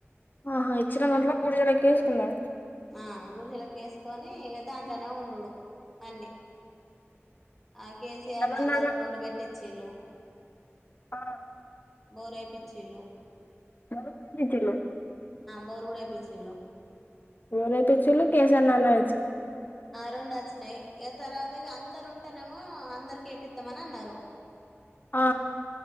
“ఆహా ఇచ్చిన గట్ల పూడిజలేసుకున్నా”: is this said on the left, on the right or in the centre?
Left